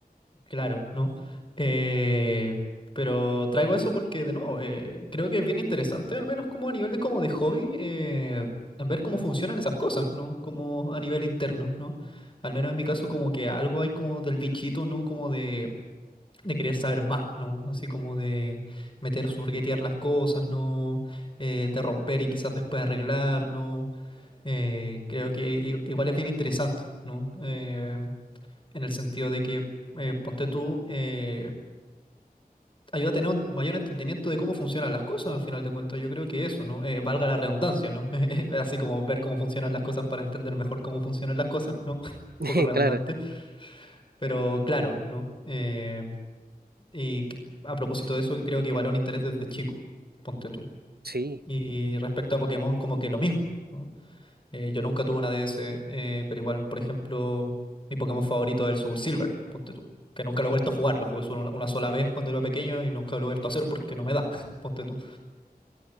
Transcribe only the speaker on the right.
<laughs>
Claro,
sí.